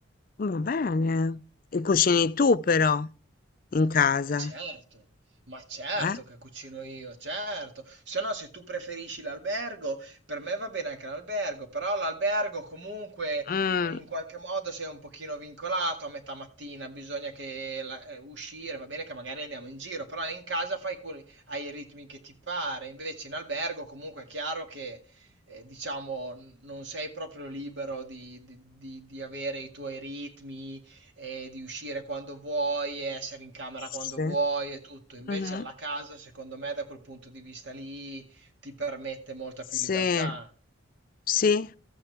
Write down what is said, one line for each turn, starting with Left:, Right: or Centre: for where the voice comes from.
Left: Va bene. E cucini tu però in casa,
Right: Certo, ma certo
Left: eh?
Right: che cucino io, certo. Se no, se tu preferisci l'albergo, per me va bene anche l'albergo, però l'albergo comunque
Left: Mm,
Right: eh, in qualche modo sei un pochino vincolato a metà mattina, bisogna che la- eh, uscire, va bene che magari andiamo in giro, però in casa fai quelli, hai i ritmi che ti pare, invece in albergo comunque è chiaro che eh, diciamo n- non sei proprio libero di di- di- di avere i tuoi ritmi e di uscire quando vuoi, e essere in camera
Left: sì.
Right: quando vuoi e tutto. Invece
Left: mhm,
Right: alla casa, secondo me, da quel punto di vista lì, ti permette molta più libertà.
Left: Sì.
Right: <laughs>
Left: Sì,